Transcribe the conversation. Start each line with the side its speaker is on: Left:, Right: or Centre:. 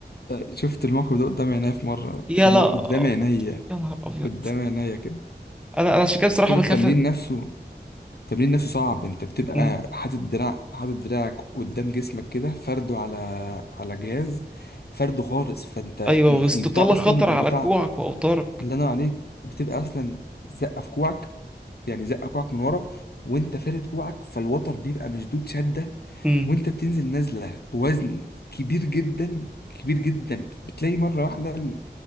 Left: شفت الموقف ده قدام عينيا في مره
Centre: يا
Left: في مره
Centre: لا
Left: قدام عينيا
Centre: يا نهار ابيض
Left: قدام عينيا كده
Centre: انا انا عشان كده بصراحة
Left: كده
Centre: بخاف
Left: التمرين نفسه التمرين نفسه صعب انت بتبقى
Centre: أمم.
Left: حاطط دراع حاطط دراعك قدام جسمك كده فرده على على جهاز فرده خالص فانت
Centre: ايوه
Left: ال-
Centre: واستطالة
Left: البتاع اصلا
Centre: خطر
Left: البتاع
Centre: على كوعك واوتارك
Left: الله ينور عليك بتبقى اصلا زقه في كوعك يعني زقه كوعك من ورا وانت فارد كوعك فالوتر بيبقى مشدود شده
Centre: أمم.
Left: وانت بتنزل نازله بوزن كبير جدا كبير جدا بتلاقي مره واحده ال-